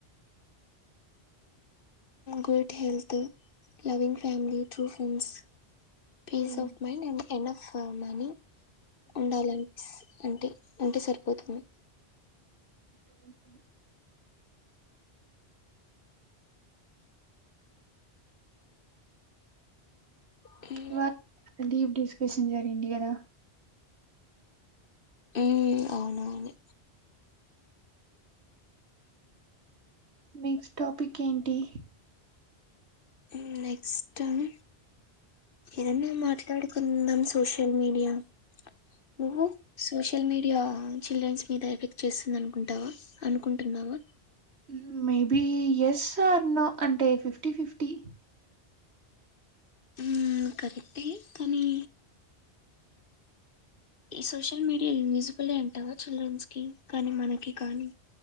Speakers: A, on the left (about 55°); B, on the right (about 80°).
A: good health loving family true friends. Peace
B: um.
A: Of mind and enough money. ఉండాలంన్సప్ అంటే ఉంటే సరిపోతుంది.
B: హేంసం
A: కీ
B: ఇవాళ డీప్ డిస్కషన్ జరిగింది గదా.
A: హుహ్ అవునవును
B: నెక్స్ట్ టాపిక్ కేంటి
A: ఉహ్ నెక్స్ట్ అన్ ఏదన్నా మాట్లాడుకుందాం సోషల్ మీడియా. నువ్వు సోషల్ మీడియా. చిల్డ్రన్స్ మీద ఎఫెక్ట్ చేస్తుంది అనుకుంటావా అనుకుంటున్నావా.
B: ఉహుహ్ మేబి ఎస్ ఆర్ నో అంటే ఫిఫ్టీ ఫిఫ్టీ.
A: ఉహ్మ్ కవితి అని ఈ సోషల్ మీడియా యూజిబులే అంటావా, చిల్డ్రన్స్ కి కానీ మనకి కానీ.